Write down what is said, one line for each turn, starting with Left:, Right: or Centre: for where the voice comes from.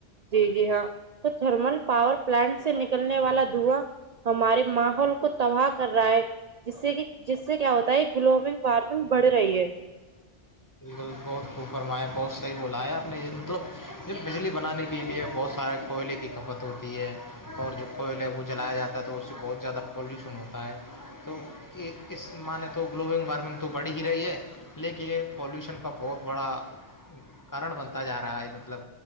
Right: جی جی ہاں تو تھرمل پاور پلانٹ سے نکلنے والا دھواں ہمارے ماحول کو تباہ کر رہا ہے جس سے کہ جس سے کیا ہوتا ہے گلوبل وارمنگ بڑھ رہی ہے
Left: بالکل بہت خوب فرمایا بہت صحیح بولایا آپ نے مطلب یہ بجلی بنانے کے لیے بہت سارے کوئلے کی کھپت ہوتی ہے اور جو کوئلے وہ جلایا جاتا ہے تو اس سے بہت زیادہ پالوشن ہوتا ہے تو اس معنی تو گلوبل وارمنگ تو بڑھی ہی رہی ہے لیکن یہ پالوشن کا بہت بڑا کارن بنتا جا رہا ہے مطلب